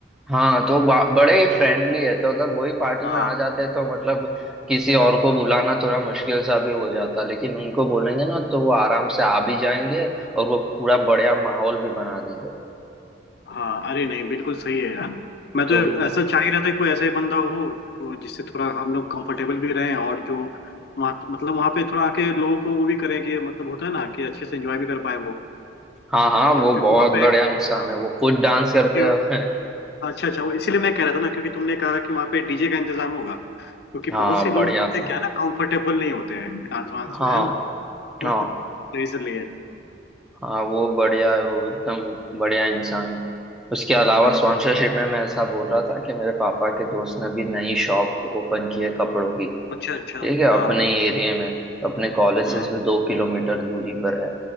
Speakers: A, in the centre; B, on the left (about 60°).
A: हाँ तो बा- बड़े ही फ्रेंडली है तो अगर वही पार्टी
B: हाँ
A: में आ जाते तो मतलब किसी और को बुलाना थोड़ा मुश्किल सा भी हो जाता लेकिन उनको बोलेंगे ना तो वो आराम से आ भी जाएंगे और वो पूरा बढ़िया माहौल भी बना देंगे
B: हाँ अरे नहीं बिल्कुल सही है यार मैं तो
A: तो हम्म,
B: ऐसा चाह ही रहा था कि कोई ऐसा ही बंदा हो तो जिससे थोड़ा हम लोग कंफर्टेबल भी रहें और जो वहाँ मतलब वहाँ पे थोड़ा आके लोगों को वो भी करें कि मतलब होता है ना कि अच्छे से एंजॉय भी कर पाए वो
A: हाँ
B: कि-
A: हाँ
B: और
A: वो
B: क्योंकि
A: बहुत
B: वहाँ पे
A: बढ़िया इंसान
B: हाँ,
A: है वो खुद डांस करते
B: क्योंकि
A: हो <laughs>
B: अच्छा अच्छा वो इसीलिए मैं कह रहा था ना क्योंकि तुमने कहा कि वहाँ पे डीजे का इंतजाम होगा क्योंकि
A: हाँ
B: बहुत से लोग
A: बढ़िया
B: होते
A: सर
B: क्या है ना कंफर्टेबल नहीं होते हैं डांस वांस
A: हाँ
B: में है ना <laughs>
A: हाँ
B: तो इसलिए
A: हाँ वो बढ़िया है, वो एकदम बढ़िया इंसान है उसके अलावा
B: हम्म
A: स्पॉन्सरशिप
B: हम्म।
A: में मैं ऐसा बोल रहा था कि मेरे पापा के दोस्त ने भी नई शॉप ओपन की है कपड़ों की
B: अच्छा अच्छा
A: ठीक है
B: हाँ
A: अपने
B: हाँ,
A: एरिया में अपने कॉलेज
B: हम्म,
A: से सिर्फ दो किलोमीटर दूरी पर है